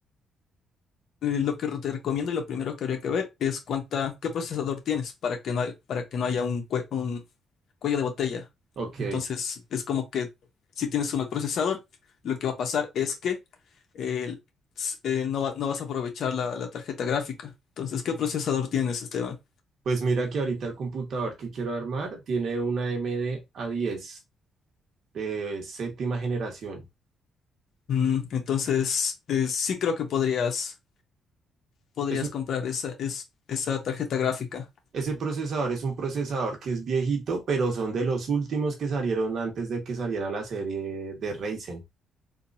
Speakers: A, on the left (about 65°); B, on the right (about 60°).
A: eh, lo que te recomiendo y lo primero que habría que ver es cuánta, qué procesador tienes para que no, hay- para que no haya un, cue- un cuello de botella.
B: Ok,
A: Entonces, es como que si tienes un mal procesador, lo que va a pasar es que eh, s- eh, no, va- no vas a aprovechar la, la tarjeta gráfica. Entonces, ¿qué procesador tienes, Esteban?
B: pues mira que ahorita el computador que quiero armar tiene una A M AMD a diez de séptima generación.
A: Mm, entonces, eh, sí creo que podrías, podrías
B: Es un-
A: comprar esa, es, esa tarjeta gráfica.
B: ese procesador es un procesador que es viejito, pero son de los últimos que salieron antes de que saliera la serie de Ryzen.